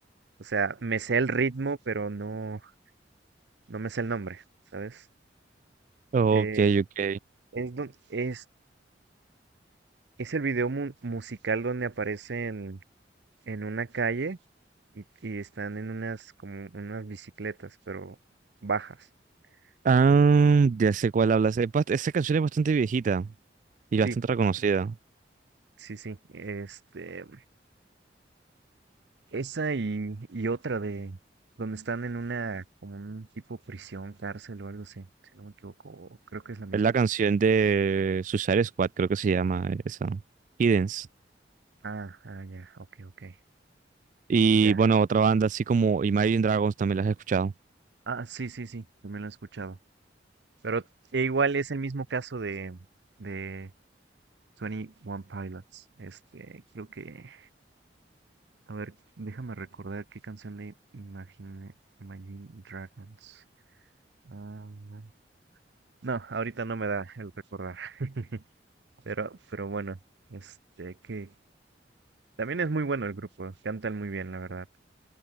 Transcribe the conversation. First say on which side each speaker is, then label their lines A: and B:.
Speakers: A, on the right; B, on the right.
A: o sea, me sé el ritmo, pero no, no me sé el nombre, ¿sabes?
B: Ok,
A: Eh,
B: ok.
A: es, don- es, es el video mu- musical donde aparecen en una calle y, y están en unas como unas bicicletas, pero bajas.
B: Ah,
A: como-
B: ya sé cuál hablas. Es bast- Esa canción es bastante viejita y bastante
A: Sí,
B: reconocida.
A: sí, sí. Este, esa y, y otra de donde están en una como un tipo prisión, cárcel o algo así, si no me equivoco, o creo que es la misma.
B: Es la canción de Suicide Squad, creo que se llama esa. Hiddens.
A: Ah, ah, ya, ok, ok,
B: Y
A: ya.
B: bueno, otra banda así como Imagine Dragons también las he escuchado.
A: Ah, sí, sí, sí, también lo he escuchado. Pero e igual es el mismo caso de, de 21 Pilots. Este, creo que. A ver, déjame recordar qué canción de Imagine, Imagine Dragons. Ah, no, No, ahorita no me da el recordar. <laughs> Pero, pero bueno, este, que también es muy bueno el grupo. Cantan muy bien, la verdad.